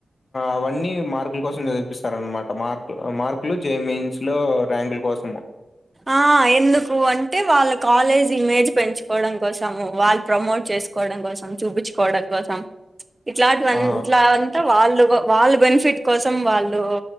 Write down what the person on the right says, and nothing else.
ఆ ఎందుకు అంటే వాళ్ళకు కాలేజ్ ఇమేజ్ పెంచుకోవడం కోసం వాళ్ళు ప్రమోట్ చేసుకోవడం కోసం చూపించుకోవడం కోసం ఇట్లాంటి
ఇట్లా అంతా వాళ్ళు వాళ్ళ బెనిఫిట్ కోసం వాళ్ళు